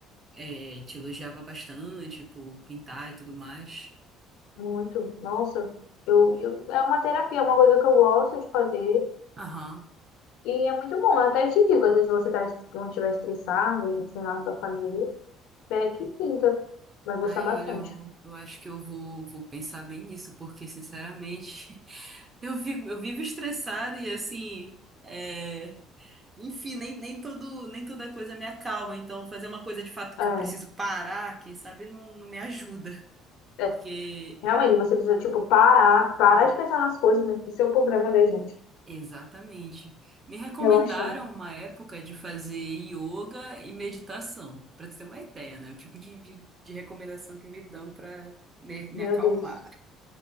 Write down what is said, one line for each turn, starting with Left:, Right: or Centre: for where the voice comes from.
Right: é, te elogiava bastante por pintar e tudo mais.
Left: Muito. Nossa, eu, eu- é uma terapia, é uma coisa que eu gosto de fazer.
Right: Aham.
Left: E é muito bom. Eu até te digo, às vezes você tá, quando estiver estressado, às vezes sem nada pra fazer, pega que pinta. Vai gostar
Right: Ai,
Left: bastante.
Right: olha, eu, eu acho que eu vou, vou pensar bem nisso, porque, sinceramente, <laughs> eu vivo, eu vivo estressada e, assim, é, enfim, nem, nem todo, nem toda coisa me acalma. Então, fazer uma coisa de fato que
Left: É,
Right: eu preciso parar, quem sabe não, não me ajuda.
Left: é,
Right: Porque,
Left: realmente, você precisa, tipo, parar, parar de pensar nas coisas, né? Esse é o problema da gente.
Right: exatamente. Me recomendaram
Left: Relaxar.
Right: uma época de fazer yoga e meditação, para tu ter uma ideia, né? O tipo de, de, de recomendação que me dão para me, me
Left: Meu
Right: acalmar.
Left: Deus.